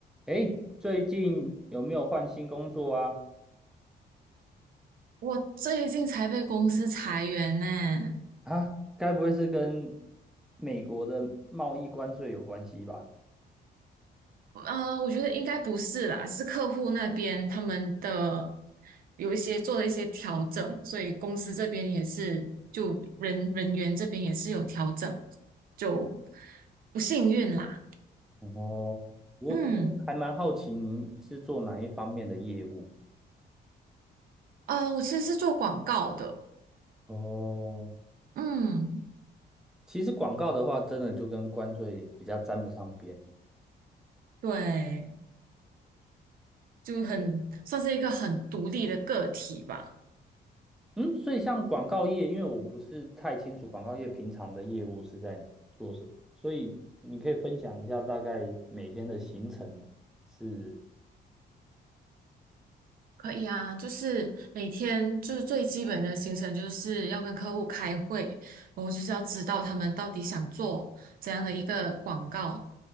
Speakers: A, in the centre; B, on the right (about 55°).
A: 诶，最近有没有换新工作啊？
B: 我最近才被公司裁员呢，
A: 啊，该不会是跟美国的贸易关税有关系吧？
B: 呃，我觉得应该不是啦，是客户那边他们的有一些做了一些调整，所以公司这边也是就人人员这边也是有调整，就不幸运啦。
A: 哦我我还蛮好奇您是做哪一方面的业务？
B: 嗯，啊，我其实是做广告的，
A: 哦，
B: 嗯，
A: 其实广告的话，真的就跟关税比较沾不上边。
B: 对，就很算是一个很独立的个体吧。
A: 嗯，所以像广告业，因为我不是太清楚广告业平常的业务是在做什么，所以你可以分享一下大概每天的行程是，
B: 可以啊，就是每天就是最基本的行程，就是要跟客户开会，然后就是要知道他们到底想做怎样的一个广告，